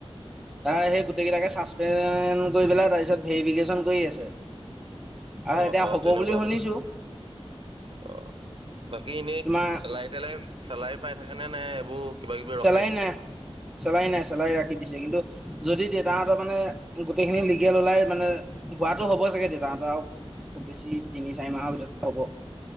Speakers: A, in the centre; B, on the right.
A: তাৰ সেই গোটেইকেইটাকে ছাছপেন কৰি পেলাই তাৰপিছত ভেৰিফিকেশ্যন কৰি আছে আৰু
B: অহ
A: এতিয়া
B: অহ
A: হ'ব
B: তেনেকুৱা
A: বুলি শুনিছোঁ
B: মানে। অ' বাকী এনেই
A: তোমাৰ
B: চেলাৰী তেলাৰী চেলাৰী পাই থাকে নে নাই এইবোৰ কিবা কিবি
A: চেলাই
B: ৰখাই দিছে
A: নাই চেলাই নাই চেলাই ৰাখি দিছে কিন্তু যদি দেউতাহঁতৰ মানে গোটেইখিনি লিগেল ওলাই মানে হোৱাটো হ'ব চাগে দেউতাহঁতৰ আৰু খুব বেছি তিনি চাৰি মাহৰ ভিতৰতে হ'ব।